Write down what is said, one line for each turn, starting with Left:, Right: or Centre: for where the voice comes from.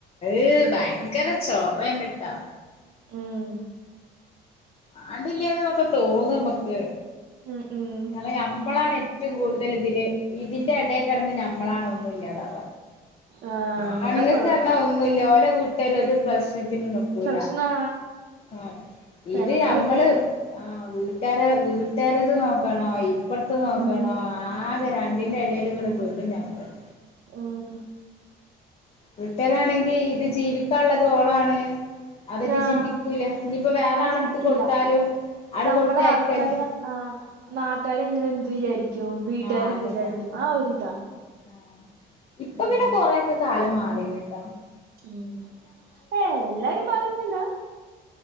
Left: ഏ ഭയങ്കര ചോറേണ് ട്ടാ
Right: ഉം
Left: മാണ്ടില്ലേന്നൊക്കെ തോന്നു നമ്മക്ക്
Right: ഉം ഉം
Left: കാണം നമ്മളാണ് ഏറ്റവും കൂടുതൽ ഇതില് ഇതിന്റെ ഇടയി കറന്ന് നമ്മളാണ് ഒന്നും ഇല്ലാണ്ടാവ
Right: ആഹ്
Left: ആ ആണുങ്ങൾക്കരണം
Right: അതാ കൊഴപ്പം
Left: ഒന്നില്ല ഓലെ വീട്ടരു ഒരു പ്രശ്നത്തിന് നി
Right: പ്രശ്നാ
Left: ല്ല ആഹ്
Right: പെണ്ണുങ്ങളെ
Left: ഇത് അമ്മള്
Right: വീട്ടുകാരാണ്
Left: ആഹ് വീട്ടാരെ വീട്ടാരത് നോക്കണം ഇപ്പർത്ത് നോക്കണം
Right: ഉം
Left: ആകെ രണ്ട് അതിന്റെ ഇടയിലു ഇങ്ങള് പെടും ഞമ്മളും
Right: ഉം
Left: വീട്ടരാണെങ്കി ഇത് ജീവിക്കാള്ളത് ഓളാണ് അതൊട്ടെ
Right: ആഹ്
Left: ചിന്തിക്കൂല്ല ഇനിയിപ്പ വേറെ
Right: അത്
Left: ആള
Right: ചിന്തിക്കില്ല
Left: അടുത്ത് കൊടുത്താലും ആടെ
Right: നമ്മടെ
Left: കൊടുത്തയക്കല്ലേ
Right: ആൾക്കാര് ആഹ് നാട്ടുകാര് എങ്ങനെ എന്ത് വിചാരിക്കും വീട്ടുകാര്
Left: ആഹ്
Right: എന്ത്
Left: അതന്നെ
Right: വിചാരിക്കും ആ ഒരിതാ
Left: ആഹ് ഇപ്പൊ
Right: ഉം
Left: പിന്നെ കൊറേയൊക്കെ കാലം മാറീണ് കേട്ടാ
Right: ഉം ഏ എല്ലാരും മാറിയൊന്നുമില്ല